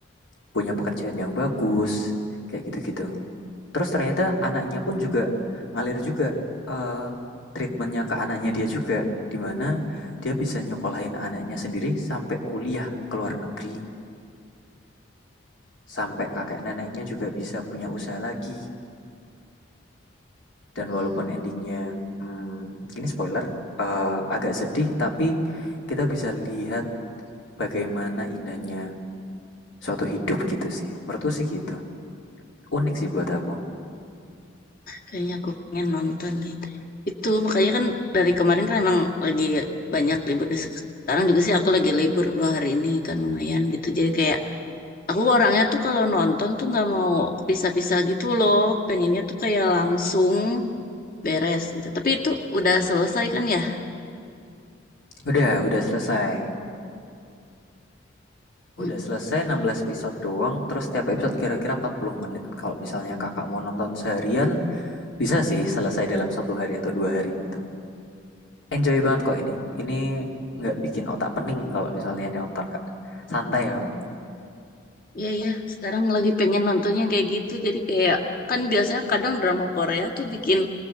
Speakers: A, on the left; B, on the left.
A: punya pekerjaan yang bagus, kayak gitu-gitu. Terus ternyata anaknya pun juga ngalir juga eh, treatmentnya ke anaknya dia juga, dimana dia bisa nyekolahin anaknya sendiri sampai kuliah ke luar negeri, sampai kakek neneknya juga bisa punya usaha lagi, Dan walaupun endingnya, hmm, ini spoiler, eh, agak sedih, tapi kita bisa lihat bagaimana indahnya suatu hidup gitu sih. Menurutku sih gitu. Unik sih buat aku.
B: kayaknya aku pengen nonton deh itu makanya kan dari kemarin kan emang lagi banyak libur nih sekarang juga sih aku lagi libur dua hari ini kan lumayan gitu jadi kayak aku orangnya tuh kalau nonton tuh nggak mau pisah-pisah gitu loh pengennya tuh kayak langsung beres gitu tapi itu udah selesai kan ya
A: Udah, udah selesai.
B: Mm.
A: Udah selesai 16 episode doang, terus setiap episode kira-kira 40 menit. Kalau misalnya kakak mau nonton seharian, bisa sih selesai dalam satu hari atau dua hari gitu. Enjoy banget kok ini. Ini nggak bikin otak pening kalau misalnya nonton, Kak. Santai banget.
B: Iya iya, sekarang lagi pengen nontonnya kayak gitu. Jadi kayak kan biasanya kadang drama Korea tuh bikin